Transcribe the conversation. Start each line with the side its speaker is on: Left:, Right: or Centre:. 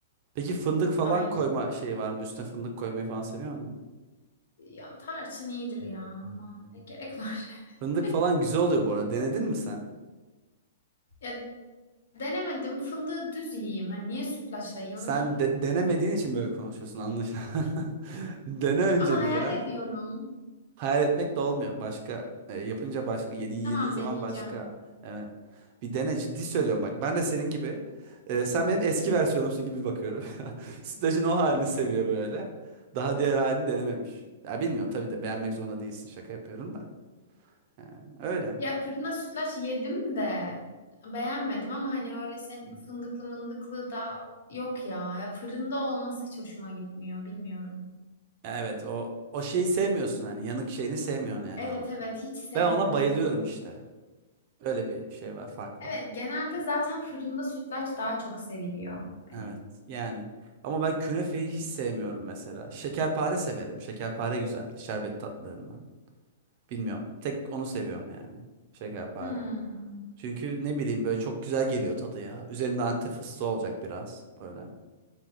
Right: Peki fındık falan
Left: Aynen.
Right: koyma şeyi var mı? Üstüne fındık koymayı falan seviyor musun?
Left: Ya tarçın iyidir ya ama ne gerek var. <laughs>
Right: Fındık falan güzel oluyor bu arada. Denedin mi sen?
Left: Ya Denemedim. Fındığı düz yiyeyim. Hani niye sütlaçla yiyorum
Right: Sen
Left: ki?
Right: de- denemediğin için böyle konuşuyorsun anlaşılan. <laughs> Dene önce
Left: Ama hayal
Right: bir ya.
Left: ediyorum.
Right: Hayal etmek de olmuyor. Başka e, yapınca başka yedi, yediğin
Left: Tamam
Right: zaman
Left: deneyeceğim.
Right: başka. Evet. Bir dene ciddi söylüyorum bak. Ben de senin gibi. e, sen benim eski versiyonumsun gibi bakıyorum. <laughs> Sütlacın o halini seviyor böyle. Daha diğer halini denememiş. Ya bilmiyorum tabii de beğenmek zorunda değilsin. Şaka yapıyorum da. Yani öyle.
Left: Ya fırında sütlaç yedim de beğenmedim ama hani öyle sen fındıklı mındıklı da yok ya. Ya fırında olması hiç hoşuma gitmiyor. Bilmiyorum.
Right: Evet o o şeyi sevmiyorsun hani yanık şeyini sevmiyorsun yani
Left: Evet
Right: anladım.
Left: evet hiç sevmiyorum.
Right: Ben ona bayılıyorum işte. Öyle bir şey var, fark
Left: Evet
Right: var.
Left: genelde zaten fırında sütlaç daha çok seviliyor. Hani.
Right: Evet yani. Ama ben künefeyi hiç sevmiyorum mesela. Şekerpare severim. Şekerpare güzel. Şerbet tatlarından. Bilmiyorum. Tek onu seviyorum yani. Şekerpare.
Left: Hmm.
Right: Çünkü ne bileyim böyle çok güzel geliyor tadı ya. Üzerinde antep fıstığı olacak biraz böyle.